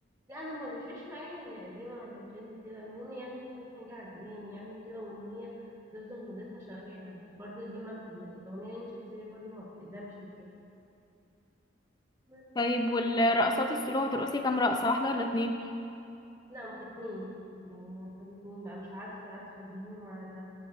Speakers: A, on the right (about 20°); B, on the left (about 20°).
A: لا انا ما بيفرقش معايا هي قديمة ولا ترند وكده المهم يعني تكون حاجة عجباني يعني كده وان هي تفضل مدتها شغالة برضو دي ما الاغنية اللي انت قلت لي برضو ما بتقدمش وكده بس
B: طيب والرقصات
A: مم.
B: السلو هترقصي كام رقصة واحدة ولا اتنين
A: لا اتنين يعني هنخلي اتنين بقى مش عارفة بقى نخليهم على